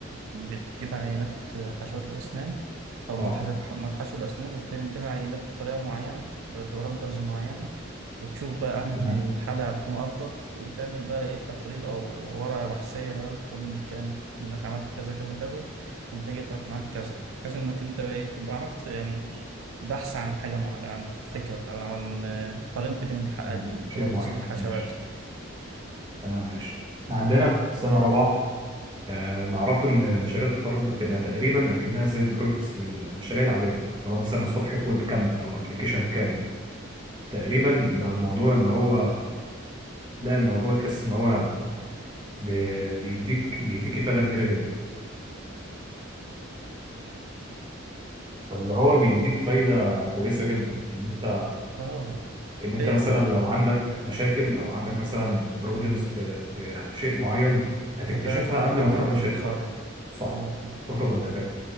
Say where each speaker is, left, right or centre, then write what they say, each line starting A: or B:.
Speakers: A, on the right; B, on the right.
A: بتجيب عينات حشوات الأسنان أو مواد
B: اه
A: حشو مواد حشو الأسنان وبتعمل بيها عينات بطريقة معينة ب- ببارامترز معينة وتشوف بقى أنهي
B: تمام
A: حالة هتكون أفضل وتعمل بقى إيه تقرير أو ورقة بحثية بقى تقول إن الكلام إنك عملت كذا كذا كذا والنتيجة طلعت معاك كذا بحيث إنك أنت بقى إيه تبقى عملت يعني بحث عن حاجة مع... عن فكرة عن عن- قارنت بين الح...
B: يعني شيء
A: طرق
B: معين
A: تصدير الحشوات
B: ماشي تمام ماشي إحنا عندنا في سنه رابعه آه، اللي أعرفه إن مشاريع التخرج بتبقى تقريبا أكنها زي البروجكتس المشاريع العادية اللي هو مثلا صفحة ويب كاملة أو أبلكيشن كامل تقريبا بيبقى الموضوع إن هو لا الموضوع تحس إن هو ب- بيديك بيديك إفادة كبيرة جدا فاللي هو بيديك فايدة كويسة جدا إن أنت
A: آه
B: إن أنت
A: فاهم
B: مثلا لو عندك مشاكل أو عندك مثلا بروبلمز في في شيء معين هتكتشفها
A: بتعرف تلحقه
B: قبل ما تروح
A: قبل
B: لشركة
A: ما تتخرج
B: صح
A: اه قبل ما تتخرج
B: تخرج وأنت فاهم